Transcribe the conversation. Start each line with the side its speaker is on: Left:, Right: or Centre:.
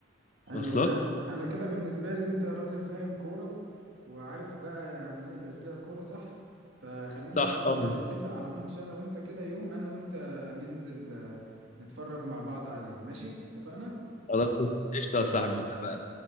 Right: حلو
Left: واصلك
Right: انا انا كده بالنسبه لي انت راجل فاهم كوره وعارف بقى يعني ايه تشجيع كوره صح فخلينا
Left: صح
Right: بقى نبقى
Left: اه
Right: نتفق على ماتش انا وانت كده يوم انا وانت ننزل آه، نتفرج مع بعض عليه ماشي اتفقنا
Left: خلاص قشطه يا صاحبي اتفقنا